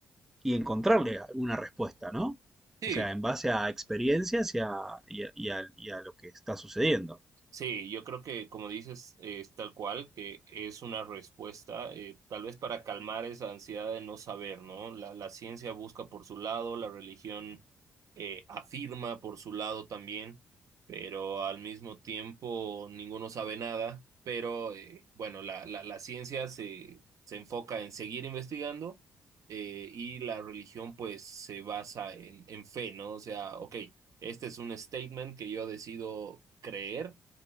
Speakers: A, in the centre; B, on the right (about 60°).
A: y encontrarle alguna respuesta, ¿no?
B: Sí.
A: O sea, en base a experiencias y a, y a- y a- y a lo que está sucediendo.
B: Sí, yo creo que como dices, eh, es tal cual, que es una respuesta, eh, tal vez para calmar esa ansiedad de no saber, ¿no? La, la ciencia busca por su lado, la religión eh, afirma por su lado también, pero al mismo tiempo ninguno sabe nada, pero eh, bueno, la, la, la ciencia se, se enfoca en seguir investigando eh, y la religión pues se basa en, en fe, ¿no? O sea, ok, este es un statement que yo decido creer